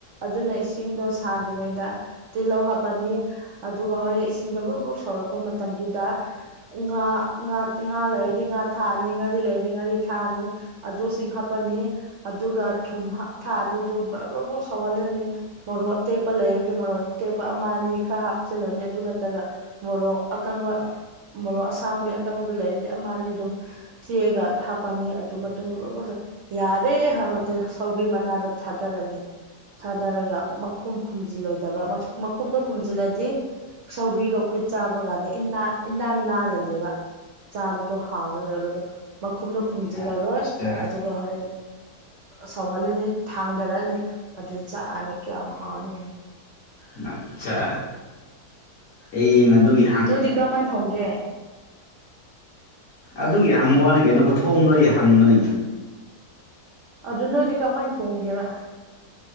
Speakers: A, on the right (about 65°); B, on the left (about 55°).
A: ꯑꯗꯨꯅ ꯏꯁꯤꯡꯗꯣ ꯁꯥꯗ꯭ꯔꯤꯉꯩꯗ ꯇꯤꯜꯍꯧ ꯍꯥꯞꯄꯅꯤ ꯑꯗꯨꯒ ꯍꯣꯔꯦꯟ ꯏꯁꯤꯡꯗꯣ ꯕꯨ꯭ꯔꯛ ꯕꯨ꯭ꯔꯛ ꯁꯧꯔꯛꯄ ꯃꯇꯝꯗꯨꯗ <unintelligible> ꯉꯥ ꯉꯥ ꯂꯩꯔꯗꯤ ꯉꯥ ꯊꯥꯑꯅꯤ ꯉꯥꯔꯤ ꯂꯩꯔꯗꯤ ꯉꯥꯔꯤ ꯊꯥꯑꯅꯤ ꯑꯗꯨꯁꯤꯡ ꯍꯥꯞꯄꯅꯤ ꯑꯗꯨꯒ ꯊꯨꯝ ꯊꯥꯅꯤꯗꯨ ꯕꯔ ꯕꯔꯐꯥꯎ ꯁꯧꯍꯜꯂꯅꯤ ꯃꯣꯔꯣꯛ ꯑꯇꯦꯛꯄ ꯂꯩꯔꯗꯤ ꯃꯣꯔꯣꯛ ꯑꯇꯦꯛꯄ ꯑꯃ ꯑꯅꯤ ꯈꯔ ꯍꯥꯞꯆꯤꯜꯂꯅꯤ ꯑꯗꯨ ꯅꯠꯇ꯭ꯔꯒ ꯃꯣꯔꯣꯛ ꯑꯀꯪꯕ ꯃꯣꯔꯣꯛ ꯑꯁꯥꯡꯕꯤ ꯑꯀꯪꯕꯗꯨ ꯂꯩꯔꯗꯤ ꯑꯃꯅꯤꯅꯤ ꯑꯗꯨꯝ ꯆꯦꯒ ꯍꯥꯞꯄꯅꯤ ꯑꯗꯨ ꯃꯇꯨꯡꯗ ꯌꯥꯔꯦ ꯍꯥꯏꯕ ꯁꯧꯒꯤ ꯃꯅꯥꯗꯣ ꯊꯥꯗꯔꯅꯤ ꯊꯥꯗꯔꯒ ꯃꯈꯨꯝ ꯈꯨꯝꯖꯤꯜꯂꯣꯏꯗꯕ꯭ꯔ ꯃꯈꯨꯝꯗꯣ ꯈꯨꯝꯖꯤꯜꯂꯗꯤ ꯁꯧꯒ꯭ꯔꯤꯗꯣ ꯑꯩꯈꯣꯏ ꯆꯥꯕ ꯀꯥꯟꯗ ꯏ ꯏꯅꯥꯜ ꯅꯥꯜꯂꯅꯦꯕ ꯆꯥꯕꯗꯣ ꯍꯥꯎꯔꯔꯕꯗꯣ ꯃꯈꯨꯝꯗꯣ ꯈꯨꯝꯖꯤꯜꯂꯔꯣꯏ
B: ꯑꯠꯆꯥ
A: ꯑꯗꯨꯒ ꯔ ꯁꯋꯥꯂ ꯅ ꯊꯥꯥꯡꯗꯔ ꯅ ꯑꯗꯨ ꯆꯅ ꯀꯌꯥꯝ ꯍꯥꯎꯔꯅꯤ
B: ꯉꯆꯥ ꯑꯩꯅꯗꯨꯒꯤ
A: ꯅꯣꯏꯗꯤ ꯀꯔꯝꯍꯥꯣꯅ ꯊꯣꯡꯒꯦ
B: ꯑꯗꯨꯒꯤ ꯍꯪꯕ ꯋꯥꯅꯤ ꯀꯩꯅꯣ ꯈꯨꯊꯣꯡꯗꯣ ꯑꯩ ꯍꯪꯕꯅꯦ
A: ꯑꯗꯨ ꯅꯣꯏꯗꯤ ꯀꯃꯥꯏꯅ ꯊꯣꯡꯒꯦꯕ